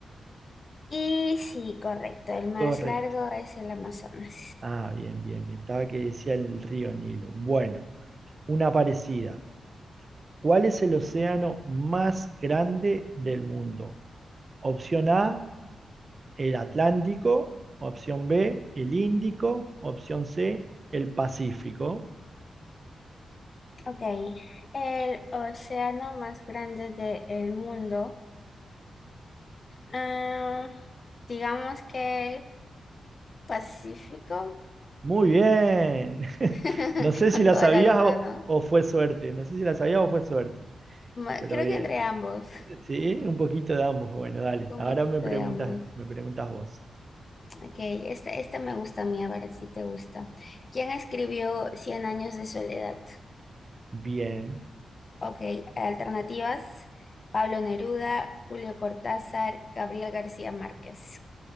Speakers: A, on the left; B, on the right.
A: Y sí, correcto, el más
B: Correcto.
A: largo es el Amazonas.
B: Ah, bien, bien, bien. Estaba que decía el río Nilo. Bueno, una parecida. ¿Cuál es el océano más grande del mundo? Opción A, el Atlántico. Opción B, el Índico. Opción C, el Pacífico.
A: Ok, el océano más grande del mundo. ah, digamos que Pacífico,
B: Muy bien. <laughs>
A: <laughs>
B: No sé
A: con
B: si la
A: toda
B: sabías
A: la duda,
B: o,
A: ¿no?
B: o fue suerte. No sé si la sabías o fue suerte.
A: Ma-
B: Pero
A: Creo
B: bien,
A: que entre ambos,
B: sí, un poquito de ambos. Bueno,
A: <laughs>
B: dale.
A: un
B: Ahora
A: poquito
B: me preguntas,
A: de ambos.
B: me preguntas vos.
A: Ok, este, este me gusta a mí, a ver si te gusta. ¿Quién escribió Cien años de soledad?
B: Bien.
A: Ok, alternativas, Pablo Neruda, Julio Cortázar, Gabriel García Márquez.